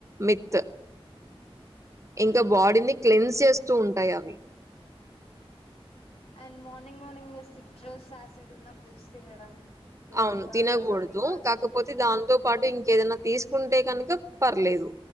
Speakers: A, on the right; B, on the left.
A: మిత్ ఇంకా బాడీని క్క్లీన్స్ చేస్తూ ఉంటాయి అవి
B: and morning morning citrus acid foods తినడం లైక్
A: అవును తినకూడదు
B: మొజాంబి కానీ
A: కాకపోతే దాంతో పాటు ఇంకా ఏదన్నా తీసుకుంటే కనుక పర్లేదు